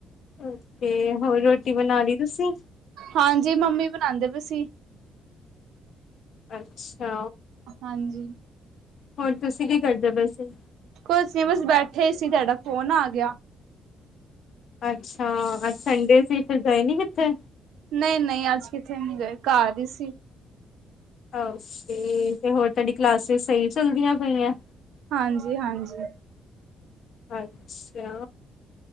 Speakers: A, on the left (about 60°); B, on the right (about 80°).
A: ਓਕੇ, ਹੋਰ ਰੋਟੀ ਬਨਾ ਲੀ ਤੁਸੀ।
B: ਹਾਂਜੀ ਮੰਮੀ ਬਨਾਂਦੇ ਪੇ ਸੀ।
A: ਅੱਛਾ।
B: ਹਾਂਜੀ।
A: ਹੋਰ, ਤੁਸੀਂ ਕੀ ਕਰਦੇ ਪੇ ਸੀ।
B: ਕੁਛ ਨੀ ਬਸ ਬੈਠੇ ਹੀ ਸੀ ਤੁਹਾਡਾ ਫੋਨ ਆ ਗਿਆ।
A: ਅੱਛਾ, ਅੱਜ ਸੰਡੇ ਸੀ ਫਿਰ ਗਏ ਨੀ ਕਿੱਥੇ।
B: ਨਈਂ-ਨਈਂ ਅੱਜ ਕਿੱਥੇ ਨਹੀ ਗਏ ਘਰ ਹੀ ਸੀ।
A: ਓਕੇ, ਤੇ ਹੋਰ ਤੁਹਾਡੀ ਕਲਾਸਿਸ ਸਹੀ ਚੱਲਦੀਆਂ ਪਈਆਂ।
B: ਹਾਂਜੀ-ਹਾਂਜੀ।
A: ਅੱਛਾ।